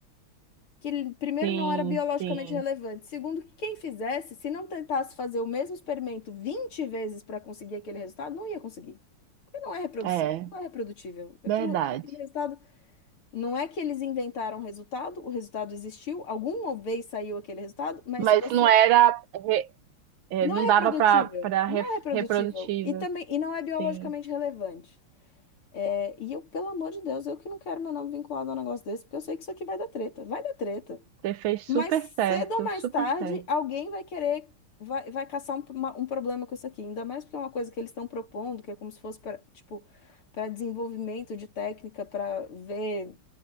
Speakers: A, on the left; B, on the right.
A: que ele, primeiro
B: Sim,
A: não era biologicamente
B: sim.
A: relevante, segundo que quem fizesse, se não tentasse fazer o mesmo experimento 20 vezes para conseguir aquele resultado, não ia conseguir. Porque não é reproduzível,
B: É,
A: não é reprodutível. Aquilo,
B: verdade.
A: aquele resultado Não é que eles inventaram o resultado, o resultado existiu, alguma vez saiu aquele resultado, mas
B: Mas
A: se você
B: não era, re- é,
A: não
B: não
A: é reprodutível,
B: dava para para
A: não é reprodutível
B: reprodutível,
A: e também e não é biologicamente
B: sim.
A: relevante. É, e eu, pelo amor de Deus, eu que não quero meu nome vinculado a um negócio desse, porque eu sei que isso aqui vai dar treta, vai dar treta.
B: Você fez
A: Mas
B: super
A: cedo
B: certo,
A: ou mais
B: super
A: tarde,
B: certo.
A: alguém vai querer, vai, vai caçar um, uma- um problema com isso aqui, ainda mais porque é uma coisa que eles estão propondo, que é como se fosse para, tipo, para desenvolvimento de técnica, para ver.